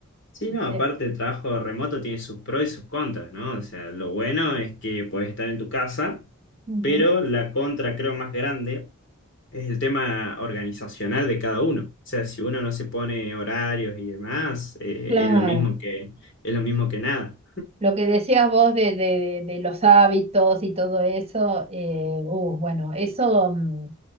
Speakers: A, on the left; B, on the right.
A: Sí,
B: ¿viste?
A: no, aparte el trabajo remoto tiene sus pros y sus contras, ¿no? O sea, lo bueno es que puedes estar en tu casa.
B: Ujú.
A: Pero la contra, creo, más grande Es el tema organizacional de cada uno. O sea, si uno no se pone horarios y demás, eh,
B: Claro.
A: es lo mismo que, es lo mismo que nada.
B: Lo que decías vos de, de- de- de los hábitos y todo eso, eh, uh, bueno, eso mm,